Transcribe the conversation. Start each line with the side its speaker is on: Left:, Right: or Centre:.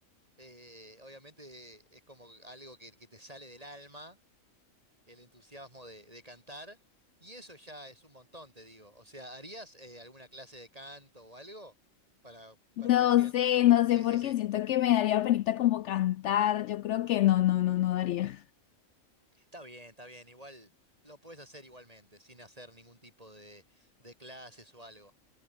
Right: Eh, obviamente es como algo que, que te sale del alma, el entusiasmo de, de cantar, y eso ya es un montón, te digo. O sea, ¿harías eh, alguna clase de canto o algo para
Left: No
Right: perfeccionar?
Left: sé, no sé
Right: Sí,
Left: porque
Right: sí, sí.
Left: siento que me daría penita como cantar, yo creo que no, no, no, no daría.
Right: Está bien, está bien. Igual lo puedes hacer igualmente, sin hacer ningún tipo de, de clases o algo.